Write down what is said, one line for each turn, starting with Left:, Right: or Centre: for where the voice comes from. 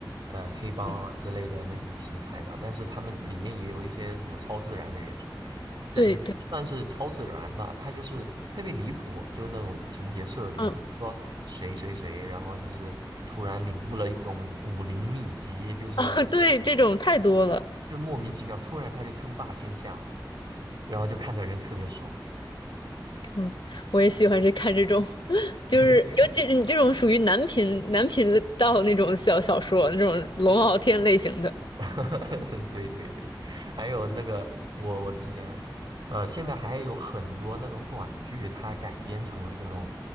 Right: 呃黑帮啊之类的那些题材吧，
Left: 嗯，
Right: 但是他们里面也有一些什么超自然的元素，这也不算是超自然吧，
Left: 对对，
Right: 它就是特别离谱，就那种情节设定，
Left: 嗯，
Right: 就是说谁谁谁，然后就是突然领悟了一种武林秘籍，就是
Left: <laughs> 啊，对，这种太多了。
Right: 就莫名其妙，突然他就称霸天下了，然后就看的人特别爽。
Left: 嗯，我也喜欢这看这种，<laughs> 就是尤其是你这种属于男频男频道那种小小说，
Right: <laughs> 对对
Left: 那种龙傲天类型的，
Right: <laughs> 对对对还有那个我我之前，呃，现在还有很多那种短剧，它改编成了这种，